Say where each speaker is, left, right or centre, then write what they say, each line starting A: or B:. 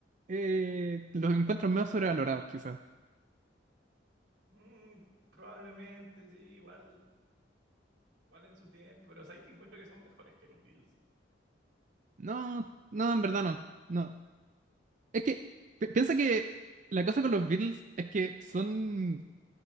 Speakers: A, on the right; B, on the right.
A: eh, los encuentros medio sobrevalorados, quizás.
B: Mm, probablemente, sí, igual, igual en su tiempo, pero sabes que encuentro que son mejores que los Bills
A: No, no, en verdad no, no. Es que, pi- piensa que la cosa con los Beatles es que son